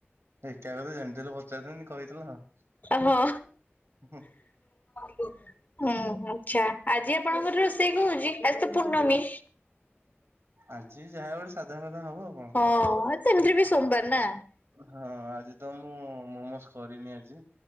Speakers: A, on the right; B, on the left.
A: ଏକା କଥା ଜେମିତି ହେଲେ ପଚାରିଥାନ୍ତି କହିଦେଲ ଆଉ।
B: ହଁ। ଓ ହୋ ଆଛା ଆଜି ଆପଣଙ୍କର ରୋସେ ସେଇ କହୁଛି ଆଜି ତ ପୂର୍ଣ୍ଣମୀ।
A: ଆଜି ବି ଯାହା ଗୋଟେ ସାଧା ମାଧା ହବ ଆଉ କଣ?
B: ହଁ ସେମିତିରେ ବି ସୋମବାର ନା
A: ହଁ ଆଜି ତ ମୁଁ ମୋମୋଜ କରିନି ଆଜି।